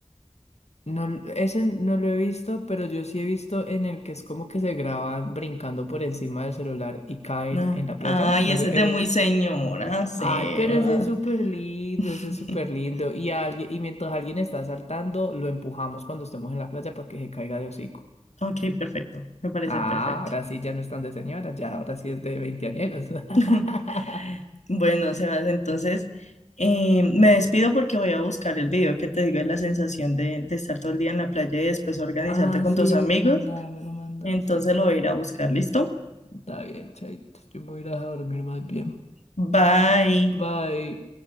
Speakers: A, on the left (about 65°); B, on the left (about 80°).
A: No, l- ese no lo he visto, pero yo sí he visto en el que es como que se graban brincando por encima del celular y caen
B: Ah,
A: en la
B: Ay,
A: playa. No
B: ese
A: sé,
B: es de
A: ese
B: muy
A: es.
B: señora, Sebas.
A: Ay, pero ese es súper lindo,
B: <laughs>
A: ese es súper lindo. Y alguien, y mientras alguien está saltando, lo empujamos cuando estemos en la playa para que se caiga de hocico.
B: Ok, perfecto. Me parece
A: Ah,
B: perfecto.
A: ahora sí ya no están de señora, ya ahora sí es de veinteañeros. <laughs>
B: <laughs> Bueno, Sebas, entonces eh, me despido porque voy a buscar el video que te digo de la sensación de, de estar todo el día en la playa y después organizarte
A: Ah,
B: con
A: sí,
B: tus amigos.
A: manda me lo manda.
B: Entonces
A: Sí, sí.
B: lo voy a ir a buscar, ¿listo?
A: Está bien, chaito. Yo me voy a ir a dormir más bien.
B: Bye.
A: Bye.